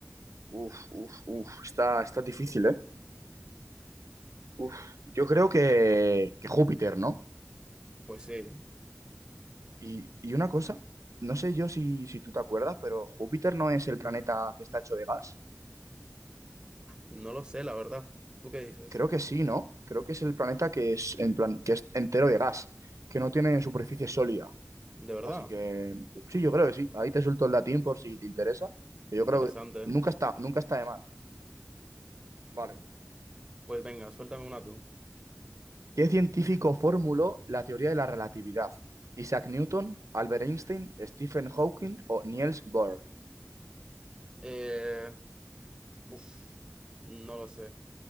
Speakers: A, on the right; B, on the right.
A: uf, uf, uf. Está, está difícil, ¿eh? Uf. Yo creo que, que Júpiter, ¿no?
B: Pues sí,
A: Y, y una cosa, no sé yo si, si tú te acuerdas, pero Júpiter no es el planeta que está hecho de gas.
B: no lo sé, la verdad. ¿Tú qué dices?
A: Creo que sí, ¿no? Creo que es el planeta que es, en plan, que es entero de gas, que no tiene superficie sólida.
B: De verdad,
A: Así que sí, yo creo que sí. Ahí te suelto el latín por si te interesa. Yo
B: interesante,
A: creo que
B: ¿eh?
A: nunca está, nunca está de más. ¿no? Vale.
B: Pues venga, suéltame una tú.
A: ¿Qué científico formuló la teoría de la relatividad? Isaac Newton, Albert Einstein, Stephen Hawking o Niels Bohr.
B: Eh, uf, no lo sé.